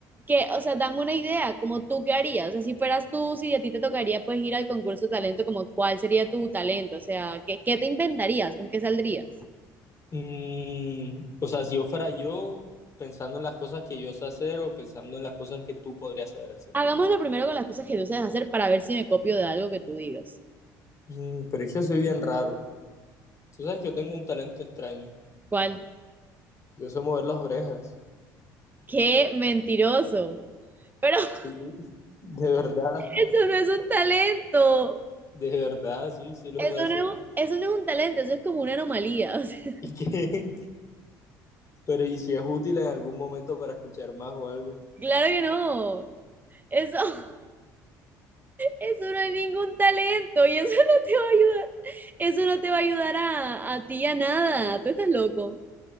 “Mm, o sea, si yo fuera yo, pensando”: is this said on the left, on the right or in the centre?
Left